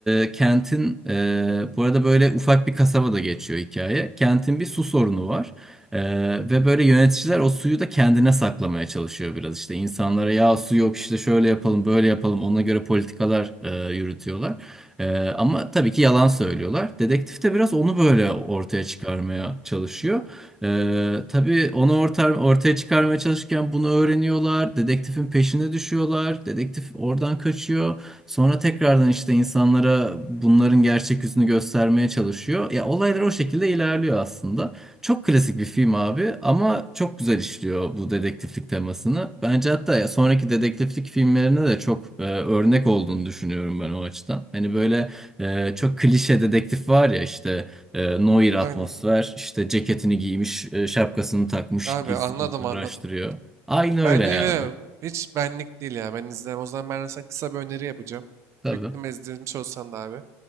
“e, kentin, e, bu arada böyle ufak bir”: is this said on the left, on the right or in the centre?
Centre